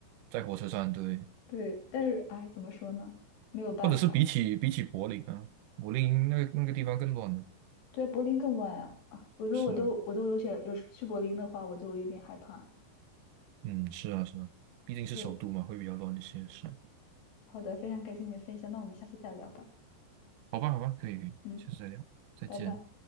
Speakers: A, on the right; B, on the left.
A: 在火车上，对，
B: 对，但是哎，怎么说呢？没有办法，
A: 或者是比起比起柏林啊，柏林那个那个地方更乱了，
B: 对，柏林更乱啊！啊，我说我都我都有些，
A: 是啊。
B: 有时去柏林的话，我就有点害怕。
A: 嗯，是啊，是啊，毕竟是首都嘛，
B: 对，
A: 会比较乱一些。是，
B: 好的，非常感谢你的分享，那我们下次再聊吧。
A: 好吧，好吧，可以，可以，
B: 嗯，
A: 下次再聊，再见。
B: 拜拜。